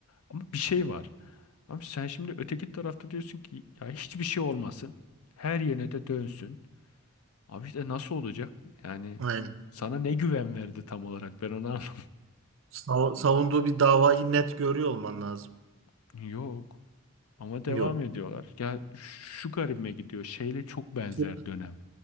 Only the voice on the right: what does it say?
Aynen.
Sa- savunduğu bir davayı net görüyor olman lazım.
Yok.
İşte